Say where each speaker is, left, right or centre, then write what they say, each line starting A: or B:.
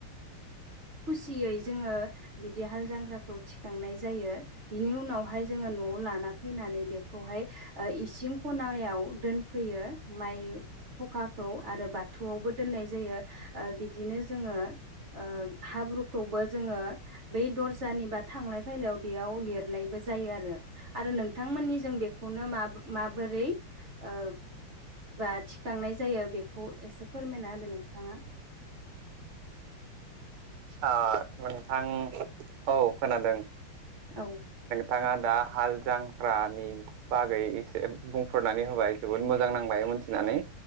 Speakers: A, on the right; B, on the right.
A: खुसियै जोङो बिदि हाल जग्राखौ थिखांनाय जायो बिनि उनावहाय जोङो नआव लाना फैनानै बेखौहाय ओ इसिं खनायाव दोनफैयो माइ थखाखौ आरो बाथौआवबो दोननाय जायो ओ बिदिनो जोङो ओ हाब्रुखौबो जोङो बै दर्जानि बा थांलाय फैलायाव बेयाव लिरनायबो जायो आरो आरो नोंथांमोननि जों बेखौनो मा माबोरै ओ बा थिखांनाय जायो बेखौ एसे फोरमायना होदो नोंथाङा?
B: अ नोंथां औ खोनादों।
A: औ
B: थाङा दा हाल जांख्रानि बागै एसे बुंफोरनानै होबाय जोबोद मोजां नांबाय मोनथिनानै।